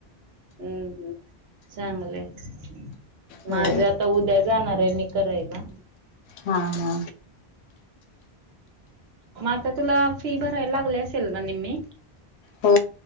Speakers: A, on the right (about 70°); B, on the left (about 80°).
A: हम्म हम् चांगलं माझ्या
B: हो.
A: आता उद्या जाणार आहे मी कय का
B: हा हा
A: मग आता तुला फी भरायला लागली असेल ना नेममी
B: हो